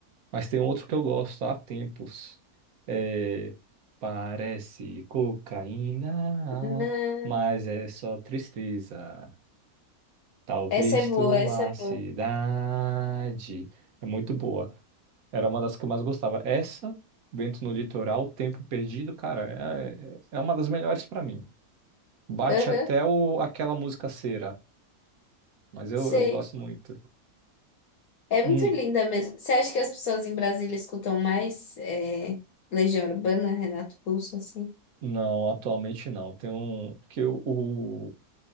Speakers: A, on the right; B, on the left.
A: Mas tem outro que eu gosto há tempos. É, parece cocaína,
B: Não.
A: mas é só tristeza. Talvez
B: Essa é boa,
A: tu
B: essa
A: vá
B: é
A: à
B: boa.
A: cidade. É muito boa. Era uma das que eu mais gostava. Essa, Vento no Litoral, Tempo Perdido, cara, é, é é uma das melhores pra mim. Bate
B: Aham,
A: até o, aquela música Cera, mas eu,
B: sei.
A: eu gosto muito.
B: É muito
A: Hum,
B: linda mesmo. Você acha que as pessoas em Brasília escutam mais é, Legião Urbana, Renato Russo, assim?
A: não, atualmente não. Tem um que o,